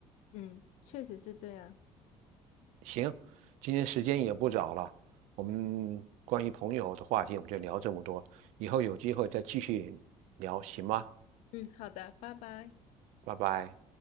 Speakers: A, on the left; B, on the right.
A: 嗯，确实是这样。
B: 行，今天时间也不早了，我们关于朋友的话题我们就聊这么多，以后有机会再继续聊，行吗？
A: 嗯，好的，拜拜。
B: 拜拜。